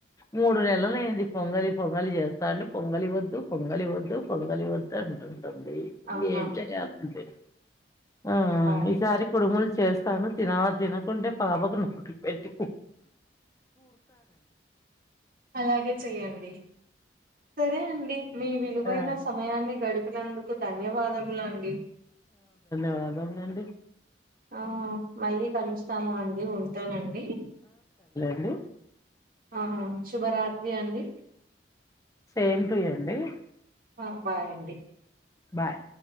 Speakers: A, on the left (about 20°); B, on the right (about 50°).
A: మూడు నెలలైంది పొంగలి పొంగలి చేస్తా అంటే పొంగలి వద్దు పొంగలి వద్దు పొంగలి వద్దు అంటుంది
B: ఆహా
A: డి ఏం చెయాలండి ఆ
B: అవును
A: ఈసారి కుడుముల్ చేస్తాను తిన తినకుంటే పాపకు నొ పెట్టు
B: అలాగే చెయ్యండి సరే అండి మీ విలువైన
A: ఆ
B: సమయాన్ని గడిపినందుకు ధన్యవాదముల అండి
A: కాదనండి
B: ఆ మళ్ళీ కలుస్తాము అండి ఉంటానండి
A: అండీ
B: ఆహా శుభరాత్రి అండి
A: సేమ్ టు ఏండి
B: ఆ బాయ్ అండి
A: బాయ్